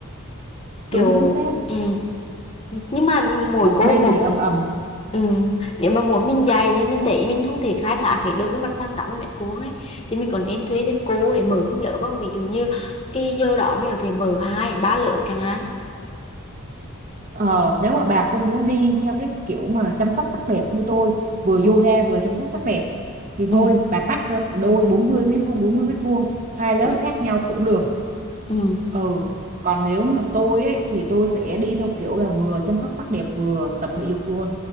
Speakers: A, on the left; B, on the right.
A: kiểu
B: đúng chính xác
A: ừ. nhưng mà mỗi
B: một
A: cô
B: bên
A: một
B: thì ầm ầm
A: ừ. nếu mà mỗi mình dạy thì mình thấy mình không thể khai thác hết được cái mặt bằng 80 mét vuông ấy thì mình còn nên thuê thêm cô để mở thêm lớp không ví dụ như cái giờ đó mình có thể mở hai đến ba lớp chẳng hạn
B: Ờ, nếu mà bà không muốn đi theo cái kiểu mà chăm sóc sắc đẹp như tôi vừa yoga vừa chăm sóc sắc đẹp thì thôi
A: ừ.
B: bà tách ra làm đôi bốn mươi mét vuông bốn mươi mét vuông hai lớp
A: Ừ.
B: khác nhau cũng được
A: ừ.
B: ừ còn nếu mà tôi ấy thì tôi sẽ đi theo kiểu là vừa chăm sóc sắc đẹp vừa tập thể dục luôn